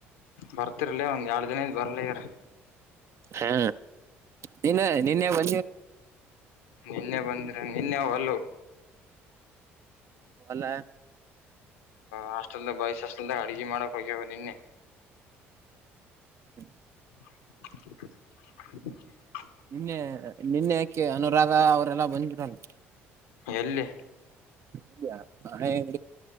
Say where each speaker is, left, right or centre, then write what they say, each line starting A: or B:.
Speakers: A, on the left (about 85°); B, on the right (about 45°).
A: ಬರ್ತಿರ್ಲ ಒಂದ್ ಎರಡ್ ದಿನ ಇದದ್ ಬರ್ಲ ಯಾರ
B: ಹಾ ನಿನ್ನ ನಿನ್ನೆ ಮ
A: ನಿನ್ನೆ ಬಂದ್ರೆ ನಿನ್ನೆ ಅಲ್ಲ
B: ವಲ
A: ಹಾಸ್ಟೆಲ್ ಬಯಸ್ ಹಸ್ಟೆಲ್ದಾಗ ಅಡ್ಗೆ ಮಾಡಕ್ ಹೋಗ್ಯ ನಿನ್ನೆ
B: ಹ
A: ಹ
B: ನಿನ್ನೆ ನಿನ್ನೆ ಯಾಕೆ ಅನುರಾಧ ಅವರೆಲ್ಲ ಬಂದಿರಲ್
A: ಎಲ್ಲಿ
B: ಇಯೆ